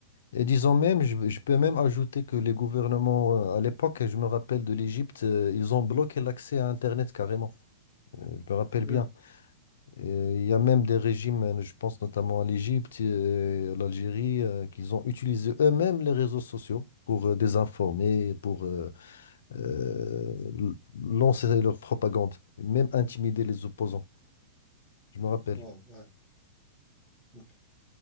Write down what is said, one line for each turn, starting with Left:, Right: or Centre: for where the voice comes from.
Left: Et disons même, je, je peux même ajouter que les gouvernements, euh, à l'époque, je me rappelle de l'Égypte, euh, ils ont bloqué l'accès à Internet carrément. Euh, Je me rappelle
Centre: Hmm.
Left: bien. Euh, Il y a même des régimes, euh, je pense notamment à l'Égypte et à l'Algérie, euh, qu'ils ont utilisé eux-mêmes les réseaux sociaux pour euh, désinformer, pour euh, euh, l- lancer leur propagande, même intimider les opposants, je me rappelle.
Centre: Wow, ouais. Ok,